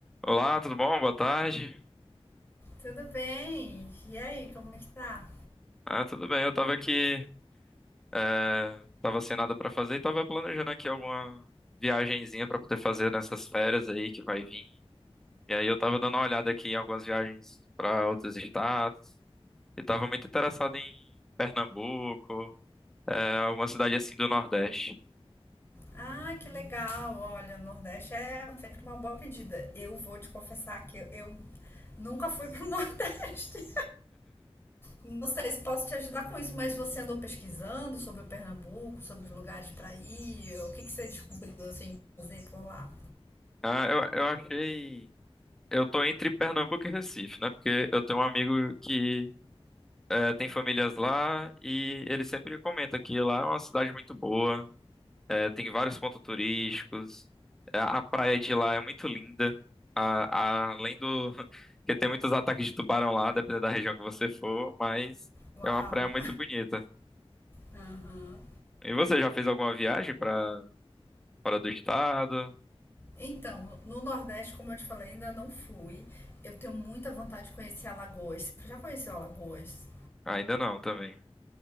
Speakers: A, in the centre; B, on the left (about 25°).
A: Olá, tudo bom? Boa tarde.
B: Tudo bem? E aí, como é que tá?
A: Ah, tudo bem. Eu tava aqui, é, tava sem nada pra fazer e tava planejando aqui alguma viagenzinha pra poder fazer nessas férias aí que vai vir. E aí eu tava dando uma olhada aqui em algumas viagens pra outros estados e tava muito interessado em Pernambuco, é, alguma cidade assim do Nordeste.
B: Ah, que legal! Olha, o Nordeste é sempre uma boa pedida. Eu vou te confessar que eu, eu nunca fui pro <laughs> Nordeste. Não sei se posso te ajudar com isso, mas você andou pesquisando sobre o Pernambuco, sobre os lugares para ir? O que que você descobriu assim fazer por lá?
A: Ah, eu, eu achei. Eu tô entre Pernambuco e Recife, né? Porque eu tenho um amigo que é, tem famílias lá e ele sempre comenta que lá é uma cidade muito boa. É, tem vários pontos turísticos. É, A praia de lá é muito linda. A- a- além do <laughs> que tem muitos ataques de tubarão lá, dependendo da região que você for, mas
B: Uau!
A: é uma praia muito bonita.
B: Aham.
A: E você já fez alguma viagem para fora do estado?
B: Então, no Nordeste, como eu te falei, ainda não fui. Eu tenho muita vontade de conhecer Alagoas. Você já conheceu Alagoas?
A: Ainda não, também.